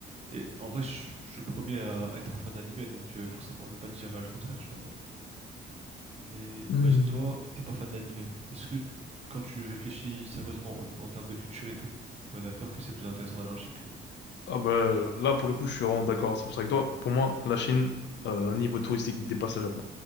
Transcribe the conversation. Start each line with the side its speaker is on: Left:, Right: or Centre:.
Right: et en vrai, je, je suis le premier à à être un fan d'animé, donc euh, forcément, je vais pas te dire euh, le contraire, tu vois. Mais, mais
Left: Hmm.
Right: imagine-toi, t'es pas fan d'animé. Est-ce que, quand tu réfléchis sérieusement en, en termes de culture et tout, on est d'accord que c'est plus intéressant d'aller en Chine
Left: Ah bah là, pour le coup, je suis vraiment d'accord à 100% avec toi. Pour moi, la Chine, euh, niveau touristique, dépasse le Japon.